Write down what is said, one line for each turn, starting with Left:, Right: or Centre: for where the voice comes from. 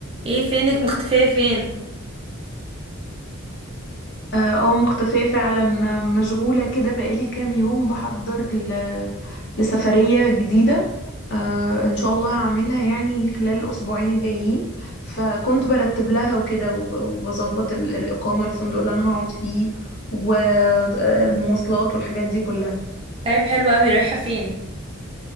Right: ايه فينك مختفية فين؟
Left: اه آه، مختفية فعلا مشغولة كده بقالي كام يوم بحضر ل... لسفرية جديدة آه ان شاء الله هعملها يعني خلال الأسبوعين الجايين فكنت برتب لها وكده وب- وبظبط ال... الإقامة الفندق اللي أنا هقعد فيه والمواصلات والحاجات دي كلها
Right: طيب حلو قوي رايحة فين؟